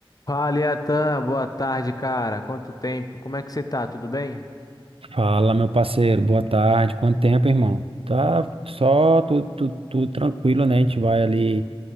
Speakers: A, on the left; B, on the right.
A: Fala, Iatan, boa tarde, cara. Quanto tempo? Como é que você tá? Tudo bem?
B: Fala, meu parceiro, boa tarde. Quanto tempo, irmão? Tá só tudo, tudo, tudo tranquilo, né? A gente vai ali,